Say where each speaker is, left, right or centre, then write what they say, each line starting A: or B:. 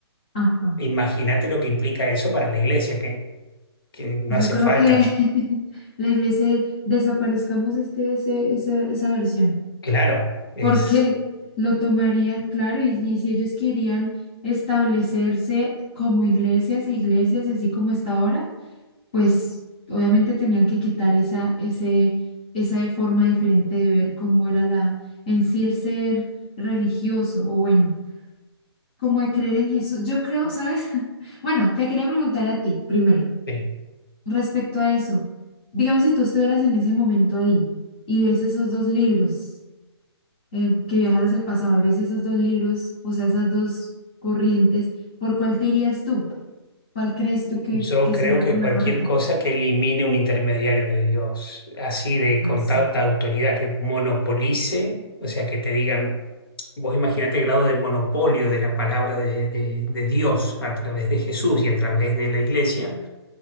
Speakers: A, on the left (about 20°); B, on the left (about 55°).
A: Ajá.
B: Imagínate lo que implica eso para la iglesia, que, que no
A: Yo
B: hace
A: creo
B: falta.
A: que <laughs> la iglesia desaparezcamos este, ese, esa, esa versión.
B: Claro, es...
A: porque lo tomarían, claro, y, y si ellos querían establecerse como iglesias, iglesias así como está ahora, pues obviamente tenían que quitar esa, ese, esa forma diferente de ver cómo era la, en sí el ser religioso, o bueno, como de creer en Jesús. Yo creo, ¿sabes? <laughs> Bueno, te quería preguntar a ti primero,
B: sí.
A: respecto a eso, digamos si tú estuvieras en ese momento ahí y ves esos dos libros eh, que viajaras el pasado, al veces esos dos libros, o sea, esas dos corrientes, ¿por cuál te irías tú? ¿Cuál crees tú que,
B: Yo
A: que
B: creo
A: sería
B: que
A: como
B: cualquier
A: la correcta?
B: cosa que elimine un intermediario de Dios, así de
A: Ah,
B: con
A: sí.
B: tanta autoridad que monopolice, o sea, que te digan, vos imagínate el grado de monopolio de la palabra de, de- de Dios a través de Jesús y a través de la iglesia,